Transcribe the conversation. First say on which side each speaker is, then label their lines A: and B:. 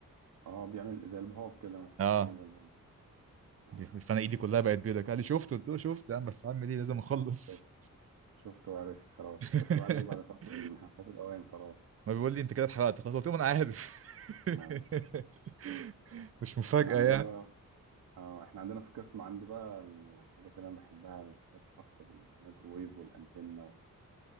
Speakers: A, on the right; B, on the right.
A: اه بيعمل زي البهوك كده مثلا
B: اه
A: خليه زي البهوك اه
B: دي- فانا ايدي كلها بقت بيضاء قال لي شفت قلت له شفت يا عم بس هعمل ايه لازم اخلص
A: شفت شفت وعرفت خلاص
B: <laughs>
A: بس بعد ايه بعد فات ال... <laughs> فات الاوان خلاص
B: ما بيقول لي انت كده اتحرقت خلاص قلت له ما انا عارف <laughs>
A: ما عارف
B: مش مفاجأة
A: احنا عندنا
B: يعني
A: بقى اه احنا عندنا في القسم عندي بقى الحاجات اللي انا بحبها الحاجات الخاصه بالميكروويف والانتنه و...